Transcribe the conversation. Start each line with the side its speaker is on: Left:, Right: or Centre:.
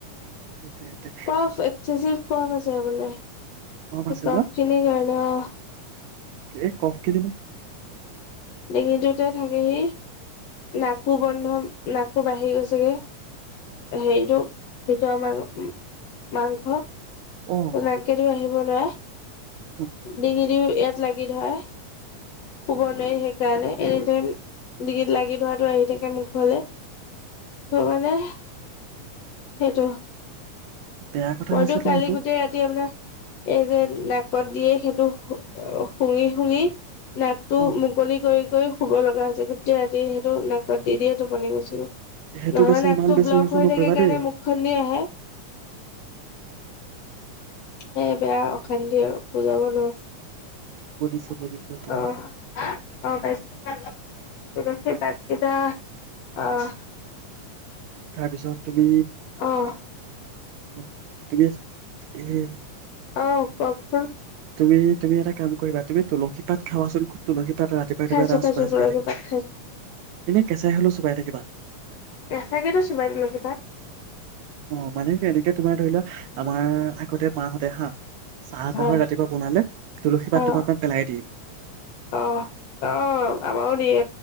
Right: সেইটোৱে সেইটোৱে।
Left: কফ এক্সেচিভ কফ হৈছে মানে।
Right: আছে
Left: কফ
Right: ন
Left: খিনি কাৰণে অঁ।
Right: এই কফ কি দিম
Left: ডিঙিটোতে থাকেহি নাকো বন্ধ নাকটো বাঢ়ি গৈছেগে, হেৰিটো ভিতৰ মাঙ মাংস ত'
Right: অ
Left: নাকেদি আহিব নোৱাৰে।
Right: অ
Left: ডিঙি দিও ইয়াত লাগি ধৰে, শুব নোৱাৰি সেইকাৰণে এনি টাইম ডিঙিত লাগি ধৰাটো আহি থাকে মুখলে। ত' মানে সেইটো।
Right: বেয়া কথা
Left: মইতো
Right: হৈছে নহয়
Left: কালি
Right: সেইটো
Left: গোটেই ৰাতি আপোনাৰ এই যে নাকত দিয়ে, সেইটো শুঙি-শুঙি নাকটো
Right: অ
Left: মুকলি কৰি কৰি শুব লগা হৈছে, গোটেই ৰাতি সেইটো নাকত দি দিয়ে টোপনি গৈছো গে।
Right: সেইটো
Left: নহ'লে
Right: বেছি
Left: নাকটো
Right: ইমান বেছি
Left: ব্লক
Right: ইউজো
Left: হৈ
Right: নকৰিবা
Left: থাকে কাৰণে
Right: দেই
Left: মুখখন দি আহে। এ বেয়া অশান্তি আৰু বুজাব নোৱাৰো।
Right: বুজিছো বুজিছো তোমাৰ
Left: অঁ- অ পাইছোঁ। তুলসী পাত কিতা, অঁ।
Right: তাৰপিছত তুমি
Left: অঁ।
Right: <unintelligible>
Left: অঁ কওকচোন।
Right: তুমি-তুমি এটা কাম কৰিবা তুমি তুলসী পাত খাবা চোন খুব তুলসী পাত ৰাতিপুৱাই-
Left: খাইছো
Right: ৰাতিপুৱাই এটা
Left: খাইছো
Right: চোবাই
Left: তুলসী
Right: চোবাই থাকিব
Left: পাত খাইছো
Right: এনেই কেঁচাই হ'লেও চোবাই থাকিবা।
Left: কেঁচাকে তো চোবাই তুলসী পাত।
Right: অঁ মানে কেনেকে তোমাৰ ধৰি লোৱা, আমাৰ আগতে মাহঁতে হাঁ চাহ
Left: হয়
Right: তাহৰ ৰাতিপুৱা বনালে তুলসী পাতটো
Left: অ'।
Right: দুপাহমান পেলাই দিয়ে।
Left: অ', অ', আমাৰো দিয়ে